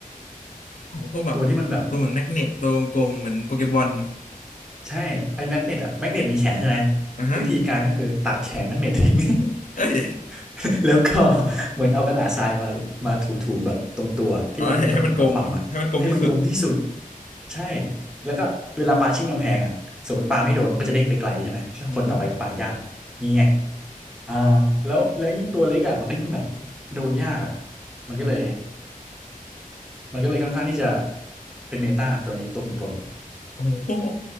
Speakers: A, on the left; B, in the centre.
A: ของพวกแบบ
B: ๆตัวที่มันแบบ
A: ตัวเหมือนแมกเนตตัวกลมๆเหมือนโปเกมอล
B: ใช่ไอ้แมกเนตอะแมกเนตมีแขนใช่ไหม
A: อ่ะฮะ
B: วิธีการก็คือตัดแขนแมกเนตทิ้ง <laughs>
A: เอ้ย
B: แล้วก็เหมือนเอากระดาษทรายมามาถูๆแบบตรงตัวที่มันเป็นตะปุ่มตะป่ำอะให้มันกลมที่สุด
A: อ๋อให้ให้มันกลมให้มันกลมที่สุด
B: ใช่แล้วก็เวลาปาชิ่งกำแพงอะสมมติปาไม่โดนมันก็จะเด้งไปไกลใช่ไหมถ้าคนต่อไปก็ปายากนี่ไง
A: อืม
B: อ่าแล้วแล้วยิ่งตัวเล็กอะมันก็ยิ่งแบบโดนยากอะมันก็เลยมันก็เลยค่อนข้างที่จะเป็นเมตาตัวนี้ตัวกลม
A: โอ้โห